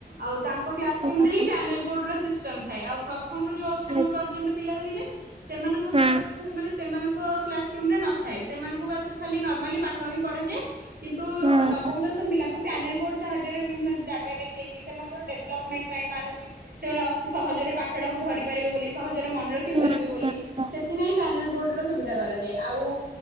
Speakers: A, on the right; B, on the right.
A: ଆଉ ତାଙ୍କ କ୍ଲାସ୍
B: ଓହୋ
A: ରୁମରେ ହିଁ ପ୍ୟାନେଲ ବୋର୍ଡ ର ସିଷ୍ଟମ୍ ଥାଏ ଆଉ ପ୍ରଥମରୁ ଯୋଉ ଅ ଅଷ୍ଟମ
B: ଆଚ୍ଛା
A: ପର୍ଯ୍ୟନ୍ତ ପିଲା ରହିଲେ ସେମାନଙ୍କ
B: ହୁଁ
A: ପାଇଁ ମାନେ ସେମାନଙ୍କ କ୍ଲାସ୍ ରୁମ୍ ରେ ନ ଥାଏ ସେମାନଙ୍କୁ ବାସ୍ ଖାଲି ନର୍ମାଲି ପାଠ ହିଁ ପଢାଯାଏ କିନ୍ତୁ
B: ହୁଁ
A: ଅ ନବମ
B: ହୁଁ
A: ଦଶମ ପିଲାଙ୍କୁ ପ୍ୟାନେଲ୍ ବୋର୍ଡ଼ ସାହାଯ୍ୟରେ ବିଭିନ୍ନ ଜାଗା ଦେଖେଇକି ସେମାନଙ୍କର ଡେଭଲପମେଣ୍ଟ ପାଇଁ ମାନସି ସେମାନେ ଅତି ସହଜ ରେ ପାଠ ଟାକୁ ଧରି ପାରିବେ ବୋଲି ସହଜରେ ମନେ ରଖି
B: ହୁଁ
A: ପାରିବେ ବୋଲି
B: ହୁଁ।
A: ସେଥିପାଇଁ ପ୍ୟାନେଲ୍ ବୋର୍ଡ଼ର ସୁବିଧା କରାଯାଏ ଆଉ